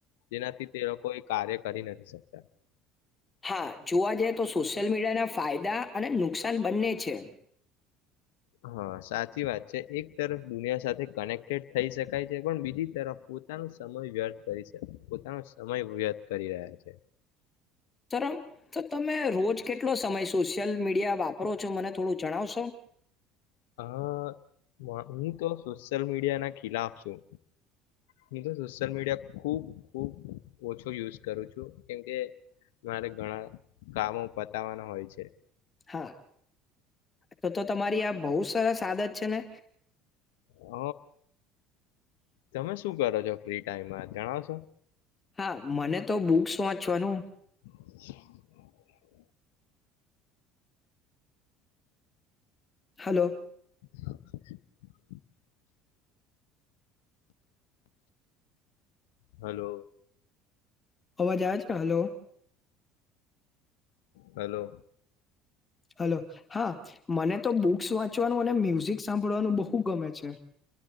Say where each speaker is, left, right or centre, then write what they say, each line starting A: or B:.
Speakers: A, on the left; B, on the left.
A: જેનાથી તે લોકો કાર્ય કરી નથી શકતા
B: હા જોવા જઈ તો સોશિયલ મીડિયાના ફાયદા અને નુકસાન બંને છે
A: હા સાચી વાત છે એક તરફ દુનિયા સાથે કનેક્ટેડ થઈ શકાય છે પણ બીજી તરફ પોતાનો સમય વ્યર્થ કરી પોતાનો સમય વ્યર્થ કરી રહ્યા છે
B: ત તો તમે રોજ કેટલો સમય સોશિયલ મીડિયા વાપરો છો મને થોડું જણાવશો
A: હ હું તો સોશિયલ મીડિયા ના ખિલાફ છું હું તો સોશિયલ મીડિયા ખુબ ખૂબ ઓછો યુઝ કરું છું કેમકે મારે ઘણા કામો પતાવાના હોય છે
B: હા તો તો તમારી આ બહુ સરસ આદત છે ને
A: હ તમે શું કરો છો ફ્રી ટાઈમમાં જણાવ છો
B: હા, મને તો બુક્સ વાંચવાનું
A: <unintelligible>
B: હલો.
A: <unintelligible> હલો.
B: અવાજ આવે છે, હલો.
A: હલો.
B: હલો. હા, મને તો બુક્સ વાંચવાનું અને મ્યુઝિક સાંભળવાનું બહુ ગમે છે.